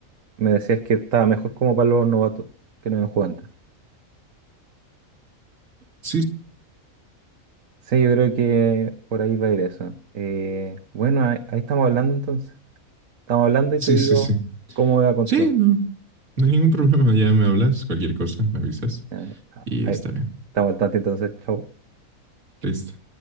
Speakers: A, on the right (about 70°); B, on the right (about 80°).
A: Me decías que estaba mejor como para los novatos que no habían jugado antes.
B: Sí,
A: Sí, yo creo que por ahí va a ir eso. Eh, bueno, ahí, ahí estamos hablando entonces. Estamos hablando
B: Sí,
A: y te digo
B: sí, sí.
A: cómo va con
B: Sí,
A: todo.
B: no. No hay ningún problema. Ya me hablas, cualquier cosa, me avisas
A: Ya, ah,
B: y
A: ahí,
B: está bien.
A: estamos al tanto entonces. Chau.
B: Listo.